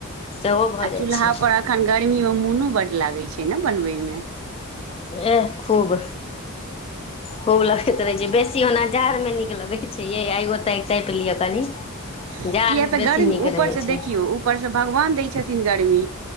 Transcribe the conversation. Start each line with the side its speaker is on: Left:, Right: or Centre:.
Left: सेहो भऽ
Right: आ
Left: जाइ
Right: चूल्हा
Left: छै
Right: पर एखन गर्मी मे मुनू बढ़ लागै छै ने बनबै मे
Left: एह, खूब खूब लगैत रहै छै, जे बेसी होना जाड़ मे नीक लगै छै, ये आगो तगि तपि लिअ कनि
Right: कए
Left: जाड़मे
Right: तऽ
Left: बेसी
Right: गर्मी
Left: नीक
Right: ऊपरसँ
Left: रहै छै
Right: देखियौ, ऊपरसँ भगवान दै छथिन गर्मी।